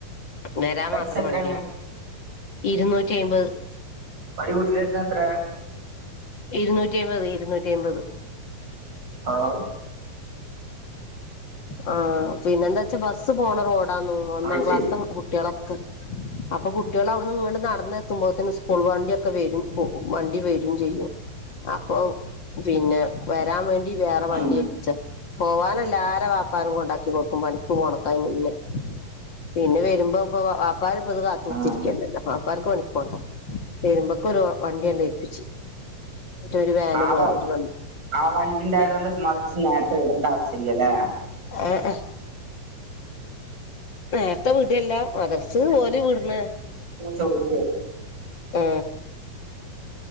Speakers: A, on the left; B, on the right.
A: വരാൻ
B: പൈസ
A: മാത്രം
B: എത്രയാണ്
A: വണ്ടിയാ ഇരുന്നൂ നൂറ്റയ്മ്പത്
B: ഒരു കൂട്ടരേര്ത്ത്ന്നെത്രേ
A: ഇരുന്നൂറ്റി അയിമ്പത് ഇരുന്നൂറ്റി അയിമ്പത്
B: ആ വ്
A: ആ പിന്നെ എന്താ വെച്ചാ ബസ്സ് പോണ റോഡാന്ന് ഒന്നാം
B: അത്
A: ക്ലാസ്സും
B: ശരി
A: കുട്ടികളൊ അപ്പൊ കുട്ടികൾ അവിടുന്ന് ഇങ്ങോട്ട് നടന്ന് എത്തുമ്പോതേനും സ്കൂൾ വണ്ടി ക്കെ വരും പോവും വണ്ടി വരും ചെയ്യും അപ്പൊ പിന്നെ വരാൻ വേണ്ടി ഇ വേറെ വണ്ടി
B: ഉം
A: ഏൽപ്പിച്ചാ പോവാനല്ല ആരാ <unintelligible> <unintelligible> ഉണ്ടാക്കി കൊടുക്കും പണിക്കും <unintelligible> പിന്നെ പിന്നെ വരുമ്പോ ഇപ്പൊ <unintelligible> കൊ
B: ആഹ്
A: പ് ല്ല വരുമ്പോക്ക കൊറെ വണ്ടിയന്നെ ഏൽപ്പിച്ച് ഒരു വാന്
B: ആ
A: പോലെ
B: വാ
A: ഒരു വണ്ടി
B: ആ വണ്ടി ഉണ്ടായതോണ്ട് <unintelligible> മദ്രസനേരത്തെ വിടേണ്ട ആവശ്യ ഇല്ലല്ലേ
A: അ അ നേരത്തെ വീ ഇതെല്ലാം മദ്രസ് ഓര് വിടണ
B: ചോയിച്ചേ
A: ആ